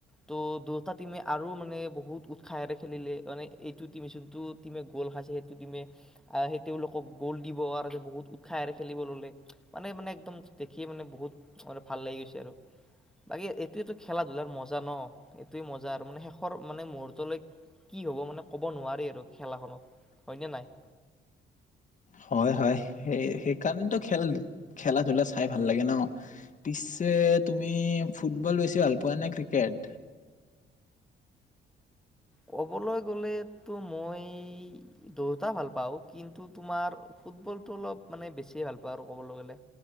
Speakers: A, in the centre; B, on the left.
A: তো দুটা টিমে আৰু মানে মানে বহুত উৎসাহেৰে খেলিলে মানে এইটো টিম যোনটো টিমে গ'ল খাইছে সেইটো টিমে সেই তেওঁলোকক গ'ল দিব আৰু বহুত উৎসাহেৰে খেলিব ল'লে, মানে মানে একদম দেখিয়ে মানে বহুত ভাল লাগি গৈছে আৰু। বাকী এইটো খেলা-ধূলাৰ মজা ন, এইটোৱে মজা আৰু মানে মানে মুহূৰ্তলৈ কি হ'ব মানে ক'ব নোৱাৰি আৰু খেলাখনত হয়নে নাই?
B: হয় হয় সেই সেইকাৰণেতো খেল খেলা ধূলা চাই ভাল লাগে ন পিছে তুমি ফুটবল বেছি ভাল পোৱা নে ক্ৰিকেট
A: ক'বলৈ গলেতো মই দুইটা ভাল পাওঁ কিন্তু তোমাৰ ফুটবলতটো অলপ মানে বেছি ভাল পাওঁ আৰু ক'বলৈ গলে